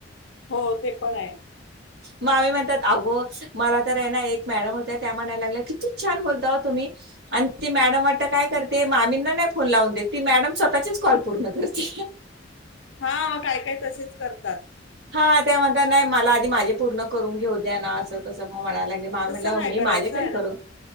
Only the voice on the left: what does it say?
हो ते पण आहे.
हा मग काय काय तसेच करत तात.
तसं नाही
करायचं
आहे ना